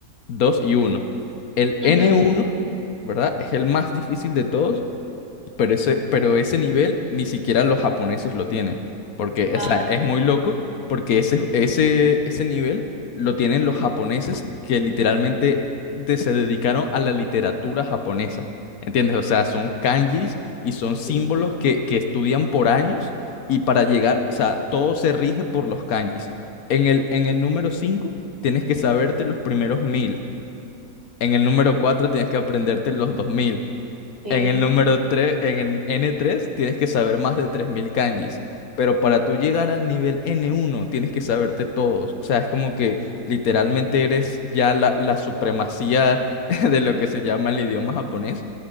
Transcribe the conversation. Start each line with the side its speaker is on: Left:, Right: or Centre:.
Left: dos y uno. El
Right: Ujú.
Left: n uno, ¿verdad? Es el más difícil de todos pero ese, pero ese nivel ni siquiera los japoneses lo tienen. Porque,
Right: Wow,
Left: o sea, es muy loco porque ese, ese, ese nivel lo tienen los japoneses que literalmente de- se dedicaron a la literatura japonesa. ¿Entiendes? O sea, son kanjis y son símbolos
Right: sí,
Left: que, que estudian por años y para llegar, o sea, todo se rige por los kanjis. En el, en el número 5 tienes que saberte los primeros mil. En el número 4 tienes que aprenderte los 2000
Right: sí,
Left: en el número 3, en el n tres, tienes que saber más de 3000 kanjis, pero para tú llegar al nivel n uno, tienes que saberte todos. O sea, es como que literalmente eres ya la, la supremacía <laughs> de lo que se llama el idioma japonés.